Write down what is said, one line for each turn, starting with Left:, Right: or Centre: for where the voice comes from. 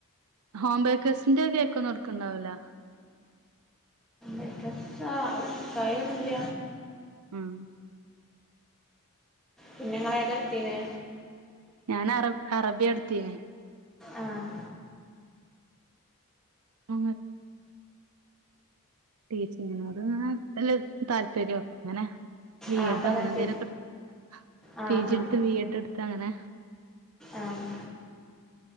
Right: ഹോം ബേക്കേഴ്സിന്റെ കേക്കൊന്നും എട്ക്ക്ണ്ടാവൂല
Centre: എന്തക്ക ആഹ് ഇട്ക്കായൊന്നുല്ല
Right: ഉം
Centre: പിന്നങ്ങൾ ഏത ഇട്ത്തീന്
Right: ഞാൻ അറ അറബിയ ഇട്ത്തീന്ന്
Centre: ആഹ്
Right: ആ ടീച്ചിങ്ങിനോട് അ നല്ല താല്പര്യ അങ്ങനെ ബി
Centre: ആഹ്
Right: എഡ്
Centre: അപ്പ അതാണ്
Right: അങ്ങനെ എന്തേലൊക്കെ
Centre: പി
Right: ഇ
Centre: ആഹ്
Right: പി ജി
Centre: ആഹ്
Right: ഇട്ത്ത് ബി എഡ് ഇട്ത്ത് അങ്ങനെ
Centre: ആഹ്